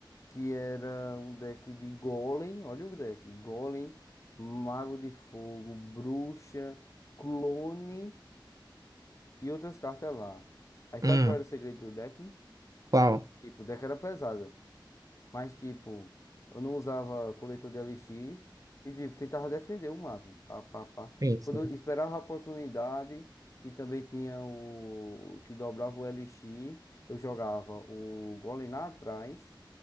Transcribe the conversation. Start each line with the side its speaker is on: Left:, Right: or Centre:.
Left: Que era um deck de Golem. Olha o deck. Golem, Mago de Fogo, Bruxa, Clone e outras cartas lá. Aí sabe
Right: Hum,
Left: qual era o segredo do deck?
Right: qual?
Left: Tipo, o deck era pesado. Mas, tipo, eu não usava coletor de elixir e, tipo, tentava defender o máximo. Pá, pá, pá.
Right: Sim,
Left: Quando
Right: sim.
Left: eu esperava a oportunidade, que também tinha o... que dobrava o elixir, eu jogava o golem lá atrás,